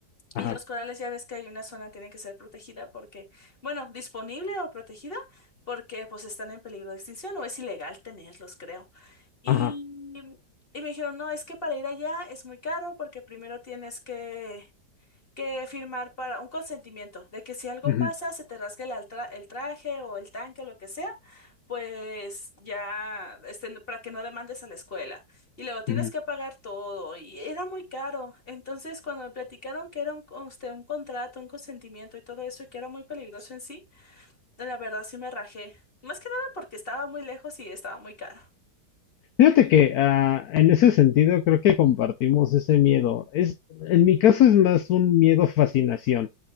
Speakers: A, on the left; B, on the left.
A: ajá,
B: Y los corales ya ves que hay una zona tiene que ser protegida porque, bueno, disponible o protegida porque pues están en peligro de extinción o es ilegal tenerlos, creo. Y,
A: ajá.
B: y me dijeron, no, es que para ir allá es muy caro porque primero tienes que que firmar para un consentimiento de que si algo
A: ujú,
B: pasa, se te rasgue el, altra- el traje o el tanque o lo que sea, pues ya, este, no, para que no demandes a la escuela. Y luego tienes
A: ujú.
B: que pagar todo y era muy caro. Entonces, cuando me platicaron que era un, conste- un contrato, un consentimiento y todo eso, y que era muy peligroso en sí, la verdad sí me rajé. Más que nada porque estaba muy lejos y estaba muy caro.
A: Fíjate que ah, en ese sentido creo que compartimos ese miedo. Es, en mi caso es más un miedo fascinación.